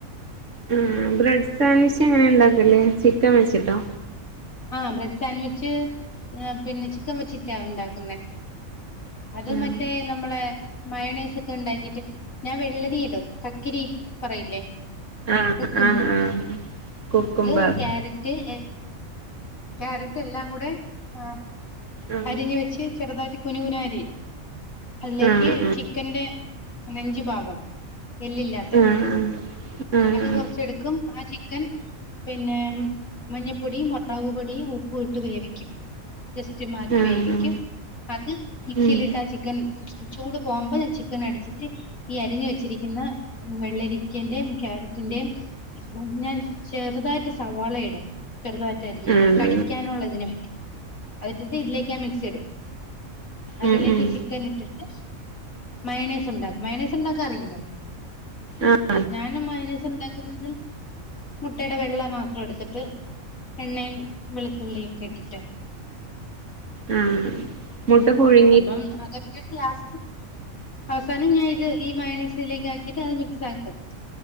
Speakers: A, on the right; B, on the left.
A: ഉം, ബ്രെഡ് സാൻവിച്ച് എങ്ങനെ ഉണ്ടാക്കല് ചിക്കൻ വെച്ചിട്ടോ?
B: ആഹ്, ബ്രെഡ് സാൻവിച്ച് പിന്നെ, ചിക്കൻ വച്ചിട്ടാ ഉണ്ടാക്കുന്നെ. അത്,
A: ആഹ്
B: മറ്റേ നമ്മളെ മയൊണൈസൊക്കെ ഉണ്ടാക്കിട്ട്. ഞാൻ വെള്ളരി ഇടും. കക്കിരി പറയില്ലേ?
A: ആഹ്,
B: കുക്കുമ്പർ
A: ആഹ്, ആഹ് കുക്കുംബർ
B: അത് ക്യാരറ്റ്, എ ക്യാരറ്റ്, എല്ലാം കൂടെ ആഹ്.
A: ആഹ്
B: അരിഞ്ഞ് വെച്ച്, ചെറുതായിട്ട് കുനു കുനാ അരിയും. അതിലേക്ക്
A: ആഹ്
B: ചിക്കന്റെ നെഞ്ച് ഭാഗം. എല്ലില്ലാത്തെ
A: ആഹ് ആഹ് ആഹ്
B: അത് കൊറച്ച് എടുക്കും, ആഹ്, ചിക്കൻ പിന്നെ, മഞ്ഞപ്പൊടിയും, മുളക് പൊടിയും, ഉപ്പും, ഇട്ട് വേവിക്കും. ജസ്റ്റ് മാറ്റി
A: ആഹ്
B: വേവിക്കും. അത് മിക്സിയിലിട്ട
A: ഉം
B: ആഹ്, ചിക്കൻ ചൂട് പോകുമ്പോ, ചിക്കൻ അടിച്ചിട്ട് ഈ, അരിഞ്ഞു വെച്ചിരിക്കുന്ന വെള്ളരിക്കന്റെയും, ക്യാരറ്റിന്റെയും <unintelligible> ചെറുതായിട്ട് സവാള ഇടും. ചെറുതായിട്ട് അരിഞ്ഞിട്ട്
A: ആഹ്
B: ഒരു കടി
A: ആഹ്
B: ക്കാനുള്ളതിന് വേണ്ടി. അത് ഇട്ടിട്ട് ഇതിലേക് ആഹ് മിക്സ് ഇടും. അതിലേക്ക്
A: ഉം ഉം
B: ചിക്കൻ ഇട്ടിട്ട് മയൊണൈസ് ഉണ്ടാക്കും. മയൊണൈസ് ഉണ്ടാക്കാൻ അറിയില്ലേ?
A: ആഹ്
B: ഞാനും മയൊണൈസ് ഉണ്ടാക്കുന്നത്. മുട്ടയുടെ വെള്ള മാത്രം എടുത്തിട്ട്, എണ്ണയും, വെളുത്തുള്ളിയും ഒക്കെ ഇട്ടിട്ട്
A: ഉം മുട്ട പുഴി
B: അപ്പം, അതൊറ്റക് ഗ്യാസ് അവസാനം, ഞാൻ ഇത് ഈ മയോനസ് ഇതിലേക്ക് ആക്കിയിട്ട്, അത് മിക്സ് ആക്കും.